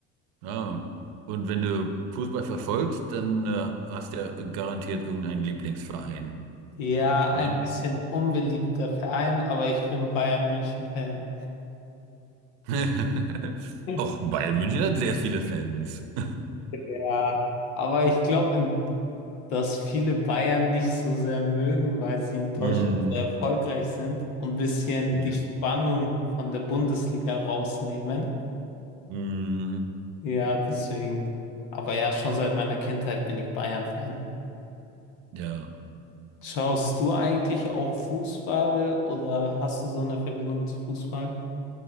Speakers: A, on the right; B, on the left.
A: Ja. Und wenn du Fußball verfolgst, dann äh, hast du ja garantiert irgendeinen Lieblingsverein,
B: Ja,
A: oder?
B: ein bisschen unbeliebter Verein, aber ich bin Bayern München-Fan.
A: <laughs>
B: <laughs>
A: Och, Bayern München hat sehr viele Fans. <laughs>
B: Ja, aber ich glaube, dass viele Bayern nicht so sehr mögen, weil sie in Deutschland
A: Mhm.
B: so erfolgreich sind und ein bisschen
A: Ja.
B: die Spannung von der Bundesliga rausnehmen.
A: Mhm.
B: Ja, deswegen. Aber ja, schon seit meiner Kindheit bin ich Bayern-Fan.
A: Ja.
B: Schaust du eigentlich auch Fußball oder hast du so eine Verbindung zu Fußball?